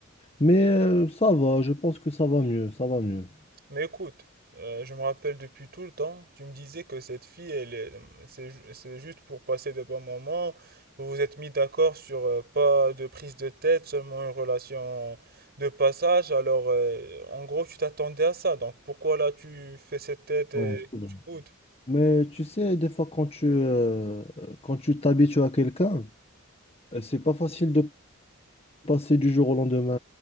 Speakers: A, on the left; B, on the right.
A: Mais euh, ça va, je pense que ça va mieux, ça va mieux.
B: Mais écoute, euh, je me rappelle depuis tout le temps, tu me disais que cette fille, elle est, c'est, ju- c'est juste pour passer de bons moments. Vous vous êtes mis d'accord sur euh, pas de prise de tête, seulement une relation de passage. Alors, euh, en gros, tu t'attendais à ça. Donc, pourquoi là tu fais cette tête et
A: Ouais, c'est vrai.
B: tu boudes?
A: Mais tu sais, des fois quand tu euh, quand tu t'habitues à quelqu'un, euh, c'est pas facile de passer du jour au lendemain,